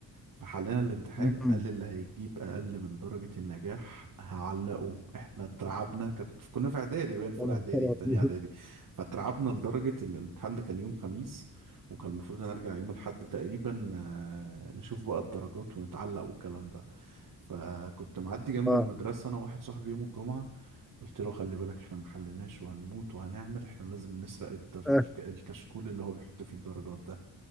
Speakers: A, on the right; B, in the centre.
A: فحلينا الامتحان
B: أمم.
A: قال اللي هيجيب أقل من درجة النجاح هعلقه احنا اترعبنا كان كنا في إعدادي باين في
B: يا
A: أولى
B: نهار
A: إعدادي في تانية
B: أبيض
A: إعدادي فاترعبنا لدرجة إن الامتحان ده كان يوم خميس وكان المفروض نرجع يوم الأحد تقريبا آه، نشوف بقى الدرجات ونتعلق والكلام ده فكنت معدي جنب
B: آه
A: المدرسة أنا واحد صاحبي يوم الجمعة قلت له خلي بالك احنا ما حليناش وهنموت وهنعمل احنا لازم نسرق الد- في
B: آه،
A: الك- الكشكول اللي هو بيحط فيه الدرجات ده